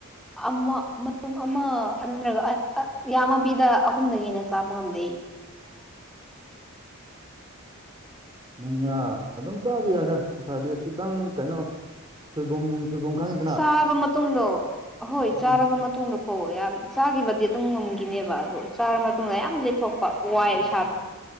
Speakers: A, in the centre; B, on the right.
A: ꯑꯃ ꯃꯇꯨꯝ ꯑꯃ ꯅꯠꯇ꯭ꯔꯒ ꯑ ꯐ ꯌꯥꯝꯃꯕꯤꯗ ꯑꯍꯨꯝꯗꯒꯤ ꯍꯦꯟꯅ ꯆꯥꯕ ꯉꯝꯗꯦ <unintelligible>
B: ꯃꯉꯥ ꯑꯗꯨꯝ ꯆꯥꯕ ꯌꯥꯗ ꯉꯁꯥꯗꯤ ꯈꯤꯇꯪ ꯀꯩꯅꯣ ꯁꯣꯏꯕꯨꯝ ꯁꯣꯏꯕꯨꯝ ꯈꯪ
A: ꯆꯥꯔꯕ ꯃꯇꯨꯡꯗꯣ ꯍꯣꯏ ꯆꯥꯔꯕ
B: ꯎꯝ
A: ꯃꯇꯨꯡꯗꯣ ꯑꯣ ꯌꯥꯝ ꯆꯥꯈꯤꯕꯗꯤ ꯑꯗꯨꯝ ꯉꯝꯈꯤꯅꯦꯕ ꯑꯗꯣ ꯆꯥꯔ ꯃꯇꯨꯡꯗ ꯌꯥꯝ ꯂꯤꯦꯠꯊꯣꯛꯄ ꯋꯥꯏꯑ ꯏꯁꯥꯗꯣ